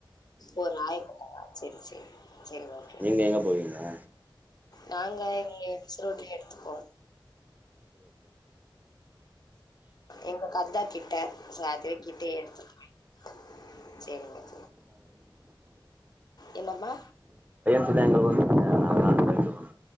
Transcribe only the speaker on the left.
ஓ ராயபேட்டயா செரி செரி <inaudible> செரி ஓகே
நாங்க இங்க மிஸ்ரோட்லய எடுத்துப்போ எங்களுக்கு அதான் கிட்ட <unintelligible> <unintelligible> கிட்டே எடுத்து <unintelligible> சேரிங்க சேரிங்க என்னமா